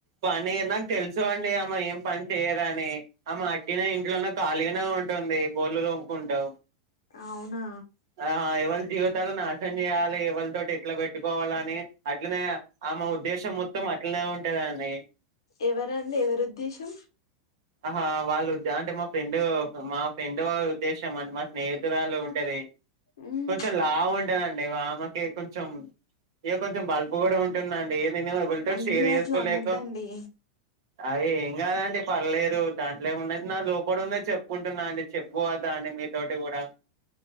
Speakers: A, on the right; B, on the left.
A: పని నాకు తెలుసు అండి అమ ఏం పని చెయదని అని అమ టీ నే ఇంట్లోనే ఖాళీగానే ఉంటుంది బోలుతోముకుంటూ
B: అవునా
A: ఆ ఎవలీ జీవితాలు నాశనం చేయాలి ఎవలితోటి అట్లా పెట్టుకోవాలని అట్లనే ఆమె ఉద్దేశం మొత్తం అట్లనే ఉంట దండి
B: ఎవరండి ఎవరి ఉద్దేశం
A: ఆహా వాళ్ళు అంటే మా ఫ్రెండ్ మా ఫ్రెండ్ళ్ ఉద్దేశం అంటే మా మేతురాలు ఉంటది
B: ఉమ్
A: కొంచెం లావు ఉన్ ఉంటదండీ ఆమెకి కొంచెం ఇకా కొంచెం బల్పు కూడా ఉంటుందండి. నేను ఎవల్తో
B: అయ్యో
A: షేర్ చేసుకోలేక
B: అట్లా అనొద్దండి
A: అరే ఏం కాదండి. పర్లేదు దాంట్లో ఏముందండి నా లోపల ఉండది చెప్పుకుంటున్నా అండి చెప్పుకోవద్దా అండి మీతోటి కూడా.